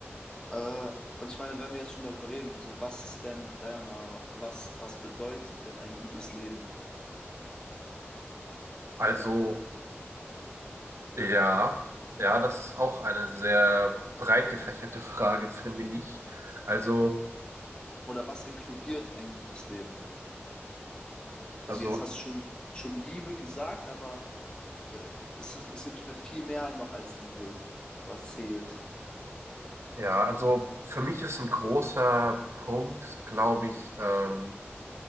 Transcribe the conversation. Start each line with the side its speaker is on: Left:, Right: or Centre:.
Left: Äh, und ich meine, wenn wir jetzt schon darüber reden, so was ist denn deiner Meinung nach, was, was bedeutet denn ein gutes Leben?
Right: also.
Left: Wa-
Right: Ja, ja, das ist auch eine sehr breit gefächerte Frage, finde ich. Also,
Left: Oder was inkludiert ein gutes Leben? Also
Right: also,
Left: jetzt hast du schon, schon Liebe gesagt, aber äh, es, es gibt ja viel mehr noch als Liebe, was zählt.
Right: ja, also für mich ist ein großer Punkt, glaube ich, ähm,